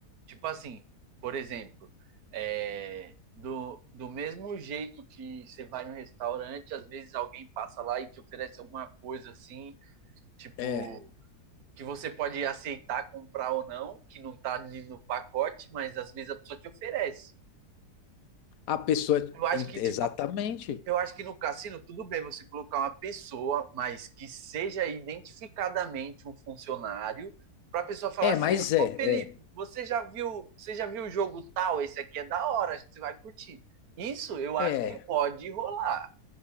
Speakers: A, on the right; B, on the left.
A: Tipo assim, por exemplo, é, do, do mesmo jeito que você vai no restaurante, às vezes alguém passa lá e te oferece alguma coisa assim, tipo,
B: É,
A: que você pode aceitar comprar ou não, que não tá ali no pacote, mas às vezes a pessoa te oferece.
B: a pessoa.
A: Eu acho
B: en-
A: que,
B: Exatamente.
A: tipo, eu acho que no cassino, tudo bem você colocar uma pessoa, mas que seja identificadamente um funcionário, para a pessoa falar
B: É,
A: assim,
B: mas
A: É.
B: é,
A: ô Felipe,
B: é,
A: você já viu, você já viu o jogo tal? Esse aqui é da hora, acho que você vai curtir. Isso eu acho
B: é.
A: que pode rolar.